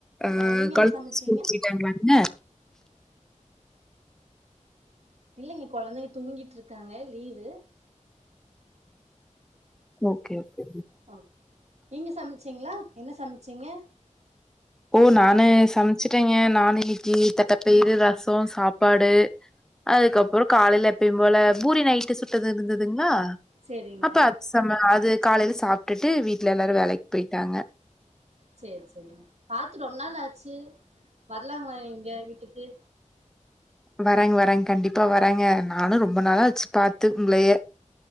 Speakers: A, in the centre; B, on the right.
A: ஆ
B: அ நீங்க என்ன
A: கொழந்தங்க
B: சமச்சீங்க
A: ஸ்கூல் போய் டமன்ன
B: இல்லைங்க கொழந்தைங்க தூங்கிட்ருக்காங்க லீவு
A: ஓகே ஓகே
B: ஓ நீங்க சமச்சீங்ளா என்ன சமச்சீங்க
A: ஓ நானு சமச்ட்டேங்க நானு இன்னிக்கு தட்டபயிரு ரசோ சாப்பாடு அதுக்கப்றோ காலைல எப்பயு போல பூரி நைட்டு சுட்டது இருந்துதுங்ளா
B: சேரிங்க
A: அப்ப அது சம அது காலைல சாப்டுட்டு வீட்ல எல்லாரு வேலைக்கு போய்ட்டாங்க
B: சேர் செரிங்க பாத்து ரொம் நாள் ஆச்சு வரலாங்களா எங்க வீட்டுக்கு
A: வரேங் வரேங் கண்டிப்பா வரேங்க நானு ரொம்ப நாளாச்சு பாத்து உங்களயே